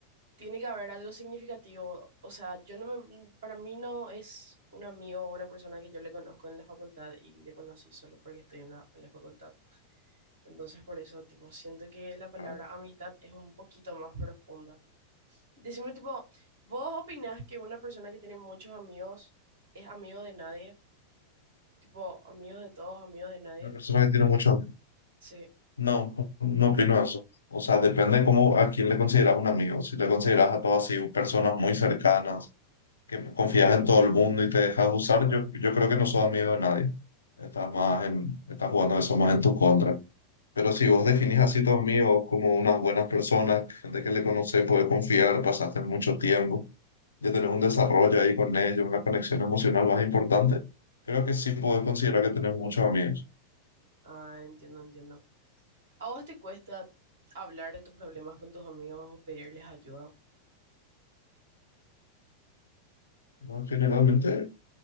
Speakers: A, on the right; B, on the left.
A: tiene que haber algo significativo, o sea, yo no me, para mí no es un amigo o una persona que yo le conozco en la facultad y le conocí solo porque estoy en la, en la facultad. Entonces, por eso, tipo, siento que la palabra
B: claro.
A: amistad es un poquito más profunda. Decime, tipo, ¿vos opinás que una persona que tiene muchos amigos es amigo de nadie? Tipo, amigos de todos, amigos de nadie.
B: Una persona que tiene mucho.
A: Sí.
B: No, no opino eso. O sea, depende cómo a quién le consideras un amigo. Si le consideras a todas así personas muy cercanas, que confías en todo el mundo y te dejas usar, yo, yo creo que no sos amigo de nadie. Estás más en, estás jugando eso más en tu contra. Pero
A: Mm.
B: si vos definís así tus amigos como unas buenas personas, gente que le conoces, puede confiar, pasaste mucho tiempo, ya tenés un desarrollo ahí con ellos, una conexión emocional más importante, creo que sí podés considerar que tenés muchos amigos.
A: Ah, entiendo, entiendo. ¿A vos te cuesta hablar de tus problemas con tus amigos o pedirles ayuda?
B: ¿no? Generalmente.